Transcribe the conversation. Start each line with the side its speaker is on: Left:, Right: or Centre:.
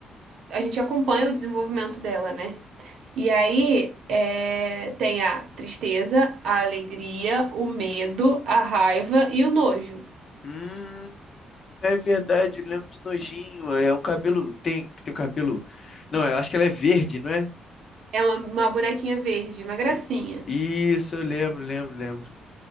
Right: a gente acompanha o desenvolvimento dela, né? E aí é, tem a tristeza, a alegria, o medo, a raiva e o nojo.
Left: Hum, é verdade, eu lembro do nojinho. É um cabelo. Tem, tem um cabelo. Não, eu acho que ela é verde, não é?
Right: É uma, uma bonequinha verde, uma gracinha,
Left: I- Isso, eu lembro, lembro, lembro.